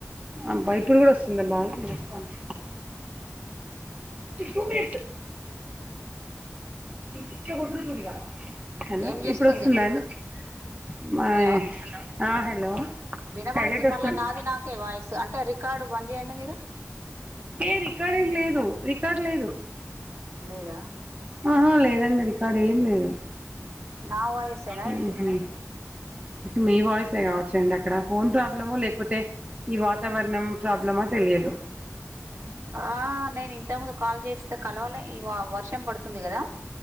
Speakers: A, on the right; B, on the right.
A: అబ్బా ఇప్పుడు కూడా వస్తుంద బాగా వస్తాంది టూ మనిట్స్ అ ఇచ్చతుంది చూడి మళ <unintelligible> హలో
B: ఏం
A: ఇప్పుడు
B: చేస్తుంది
A: ఇప్పుడు వస్తుందా అండి
B: హలో
A: హలో <unintelligible>
B: వినబడుతుంది
A: టైలెట్ వస్తుంది
B: మళ్ళా నాది నాకే వాయిస్ అంటే రికార్డు బంద్ చేయండి మీరు.
A: ఏ రికార్డ్ ఏమ్ లేదు రికార్డ్ లేదు
B: లేదా
A: ఆహా లేదండి రికార్డు ఏమ్ లేదు
B: నా వాయిసేనా
A: ఆహా
B: ఏంటి
A: మీ వాయిసే కావచ్చండి అక్కడ ఫోన్ ప్రాబ్లమో లేకపోతే ఈ వాతావరణం ప్రాబ్లమా తెలియదు
B: ఆ నేను ఇంతకు ముంద్ కాల్ చేస్తే కలవలే ఇ వర్షం పడుతుంది కదా.